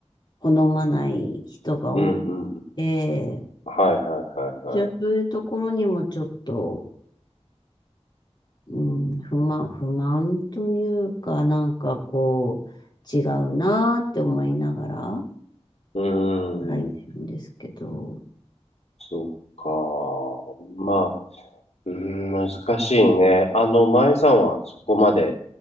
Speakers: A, on the left; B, on the left.
A: 好まない人が多く
B: うんうん。
A: て、
B: はいはいはいはい。
A: いや、そういうところにもちょっと、うん、不満、不満というか、なんかこう、違うなーって思いながら
B: うー
A: 書いてるんですけど、
B: ん。そっか。まあ、うーん、難しいね。あの、前さんはそこまで